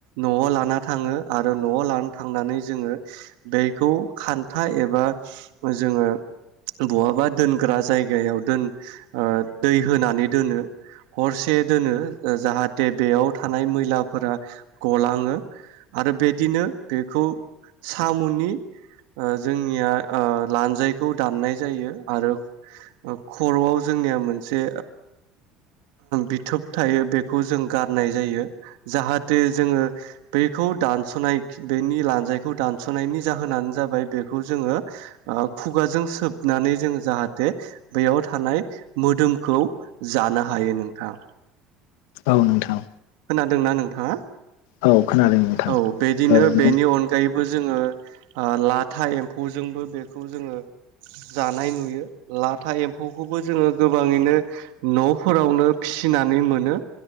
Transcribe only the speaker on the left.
औ नोंथां।
औ खोनादों नोंथां
ओ